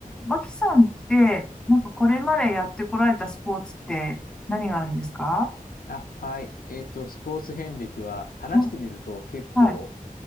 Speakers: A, in the centre; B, on the left (about 75°).
A: マキさんって、なんかこれまでやってこられたスポーツって何があるんですか
B: あ、はい。えっと、スポーツ遍歴は話してみると結構
A: うんはい。